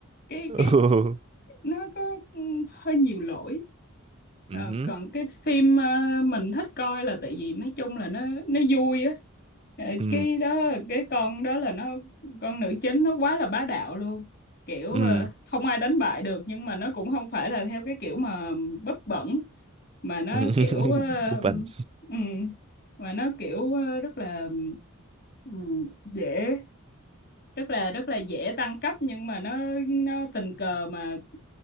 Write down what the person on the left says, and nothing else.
cái
cái
nó có ừ, hơi nhiều lỗi
Ờ, còn cái phim ờ, mình thích coi là tại vì nói chung là nó nó vui á Ờ,
cái đó cái con đó là nó con nữ chính nó quá là bá đạo luôn kiểu
ờ, không ai đánh bại được nhưng mà nó cũng không phải là theo cái kiểu mà bấp bẩn mà
nó
kiểu ờ,
ừm, mà nó kiểu ờ, rất là ừm, dễ rất là rất là dễ tăng cấp nhưng mà nó nó tình cờ mà